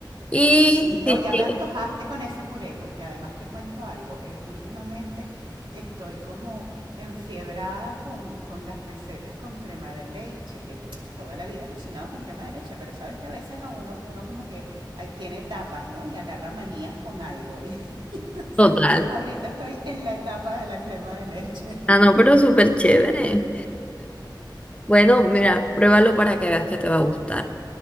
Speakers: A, on the left; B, on the right.
A: Y
B: Sí, no,
A: sí,
B: ya
A: sí,
B: me antojaste con ese puré, porque además te cuento algo. eh, últimamente estoy como enfiebrada con, con las recetas con crema de leche, que toda la vida he cocinado con crema de leche, pero sabes que a veces a uno, uno como que ah, tiene etapas, ¿no? Y agarra manías con algo. <laughs> Entonces,
A: total.
B: ahorita estoy en la etapa de la crema de leche.
A: Ah, no, pero súper chévere. Bueno, mira, pruébalo para que veas que te va a gustar.